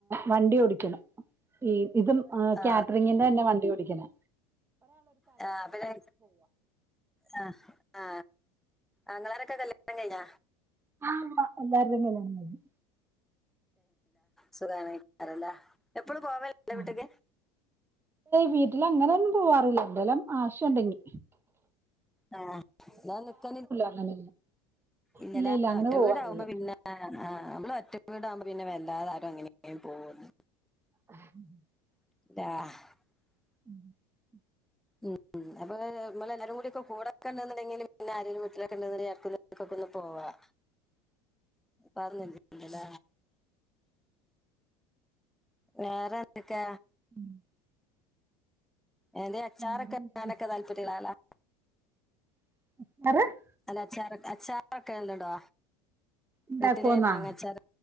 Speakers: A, on the right; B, in the centre.
A: വണ്ടി ഓടിക്കുന്നു ഈ ഇതും
B: ആ
A: കാറ്ററിങ്ങിന്റെ തന്നെ വണ്ടി ഓടിക്കുന്നേ
B: ആ പിന്നെ ആ ആ ആങ്ങളമാരൊക്കെ കല്യാണം കഴിഞ്ഞ
A: ആ എല്ലാവരുടയും കല്യാണം കഴിഞ്ഞു
B: സുഖമാണ് എപ്പോഴും പോവൽ ഉണ്ടോ
A: ആ.
B: വീട്ടിൽ
A: വീട്ടിൽ അങ്ങനെ ഒന്നും പോവാറില്ല എന്തേലും ആവശ്യമുണ്ടെങ്കിൽ
B: ആ <inaudible> <inaudible>
A: അങ്ങനെ
B: ഇങ്ങനെ
A: ഇല്ല ഇല്ല അങ്ങനെ
B: ഒറ്റ
A: പോവാറില്ല
B: വീടാവുമ്പോ പിന്നെ ആ നമ്മൾ ഒറ്റ വീടാകുമ്പോ പിന്നെ വല്ലാതെ ആരും അങ്ങനെ പോവില്ല
A: <inaudible>
B: <inaudible>
A: <inaudible>
B: ഉം ഉ അപ്പൊ നമ്മെ എല്ലാവരും കൂടി ഒ ഒക്കെ കൂടൊക്കെണ്ടെങ്കിൽ പിന്നെ ആരെങ്കിലും വീട്ടിലൊക്കെ <inaudible> ഒന്ന് പോവാം.
A: <inaudible>
B: <inaudible> വേറെന്തക്കാ
A: <inaudible>
B: എന്റെ അച്ചാറൊക്കെ
A: വേറെ എന്താ?
B: നിന്നാൽ താലപര്യമുള്ള ആളാ
A: <inaudible>
B: അല്ല അച്ചാർ അച്ചാറൊക്കെ ഇണ്ടോ
A: ഉണ്ടാക്കുവോന്നാ
B: വീട്ടിൽ മാങ്ങ അച്ചാർ